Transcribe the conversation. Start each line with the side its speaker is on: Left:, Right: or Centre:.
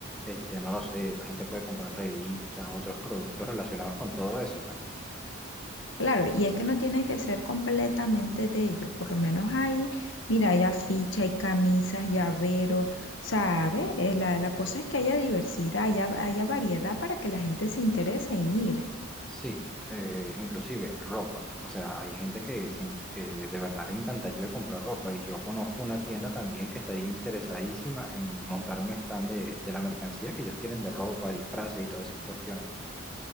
Centre: este, no lo sé, la gente puede comprar revistas, otros productos relacionados con todo eso. pues.
Left: Claro, y es que no tiene que ser completamente de ellos, por lo menos ahí, mira, hay afiches, hay camisas, llaveros, ¿sabe? Eh, la, la cosa es que haya diversidad, haya, haya variedad para que la gente se interese en ir.
Centre: Sí, eh, inclusive ropa. O sea, hay gente que, se en- que de verdad le encantaría comprar ropa y yo conozco una tienda también que estaría interesadísima en montar un stand de, de la mercancía que ellos tienen de ropa, disfraces y todas esas cuestiones.